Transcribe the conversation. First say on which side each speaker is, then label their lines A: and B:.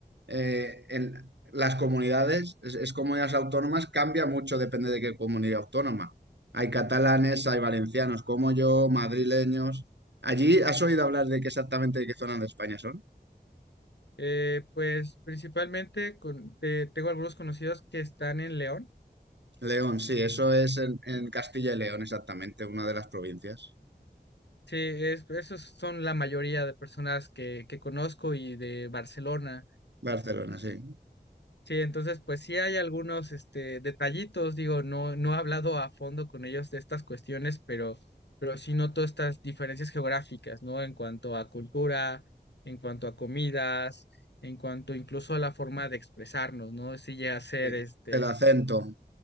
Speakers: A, on the right; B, on the left.
A: eh, en las comunidades, es, es comunidades autónomas, cambia mucho, depende de qué comunidad autónoma. Hay catalanes, hay valencianos como yo, madrileños. Allí, ¿has oído hablar de qué exactamente de qué zona de España son?
B: Eh, pues principalmente con- te- tengo algunos conocidos que están en León.
A: León, sí, eso es en, en Castilla y León, exactamente, una de las provincias.
B: Sí, es- esos son la mayoría de personas que, que conozco y de Barcelona.
A: Barcelona, sí.
B: Sí, entonces pues sí hay algunos este, detallitos, digo, no, no he hablado a fondo con ellos de estas cuestiones, pero, pero sí noto estas diferencias geográficas, ¿no? En cuanto a cultura, en cuanto a comidas, en cuanto incluso a la forma de expresarnos, ¿no? Sí llega a ser
A: Sí,
B: este,
A: El acento.